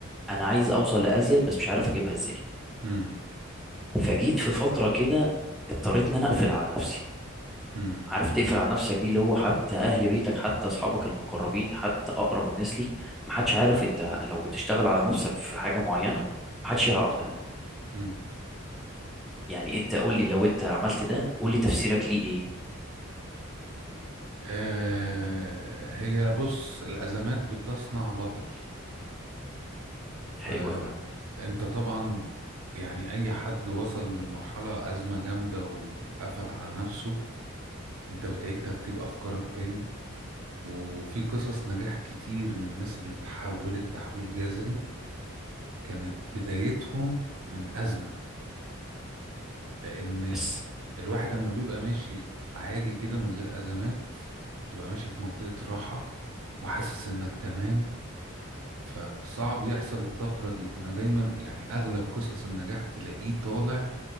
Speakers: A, in the centre; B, on the right.
A: انا عايز اوصل لازيد بس مش عارف اجيبها ازاي
B: امم
A: فجيت في فترة كده اضطريت ان انا اقفل على نفسي
B: امم
A: عارف تقفل على نفسك دي اللي هو حتى اهل بيتك حتى اصحابك المقربين حتى اقرب الناس ليك محدش عارف انت لو بتشتغل على نفسك في حاجة معينة محدش يعرف ده
B: امم
A: يعني انت قول لي لو انت عملت ده قول لي تفسيرك ليه ايه
B: آه هي بص الأزمات بتصنع بطل فانت
A: حلو قوي
B: طبعا يعني اي حد وصل لمرحلة ازمة جامدة وقفل على نفسه انت بتعيد ترتيب افكارك تاني وفي قصص نجاح كتير من الناس اللي تحولت تحويل جذري كانت بدايتهم من ازمة لان
A: بس
B: الواحد لما بيبقى ماشي عادي كده من غير ازمات بتبقى ماشي في منطقة راحة وحاسس انك تمام فصعب يحصل الطفرة دي انا دايما يعني اغلب قصص النجاح تلاقيه طالع